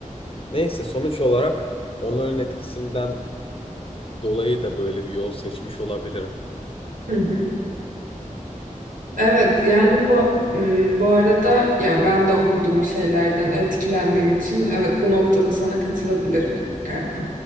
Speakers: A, on the left; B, on the right.
A: Neyse sonuç olarak onların etkisinden dolayı da böyle bir yol seçmiş olabilirim.
B: Hı hı. Evet yani bu Hmm, bu arada yani ben de okuduğum şeylerden etkilendiğim için evet bu noktada sana katılabilirim galiba.